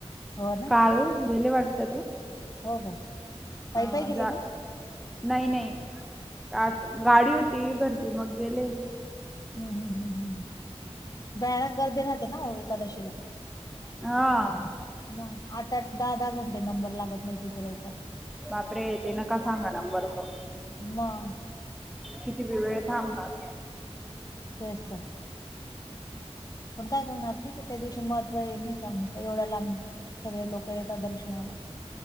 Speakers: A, on the left; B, in the centre.
A: हो ना
B: काल गेले वाटत ते.
A: हो का पायी
B: हा,
A: पायी गेले
B: जा
A: का
B: नाही नाही, आज गाडी होती घरची, मग गेले.
A: हम् हम् हम् हम्, भयानक गर्दी राहते ना हो, एक एकादशिला.
B: हा
A: म आठ आठ दहा दहा घंटे नंबर लागत नाही तिथे लोक
B: बापरे! यते न का सांगा नंबरच.
A: म
B: किती वेळ थांबतात
A: तेच तर पण काय करणार त्या दिवशी महत्व आहे नाही का, म्हणत एवढा लांब सगळे लोक येतात दर्शनाला.